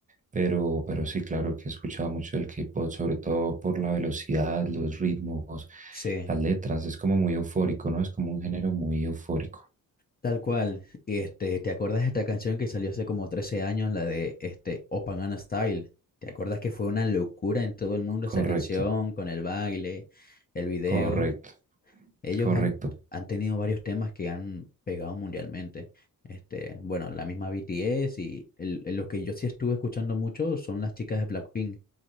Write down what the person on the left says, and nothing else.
Sí.
Tal cual. Este, ¿te acuerdas de esta canción que salió hace como 13 años, la de este Open and Style? ¿Te acuerdas que fue una locura en todo el mundo esa
canción, con el baile, el video?
Ellos
han, han tenido varios temas que han pegado mundialmente. Este, bueno, la misma BTS y el- el- lo que yo sí estuve escuchando mucho son las chicas de Blackpink.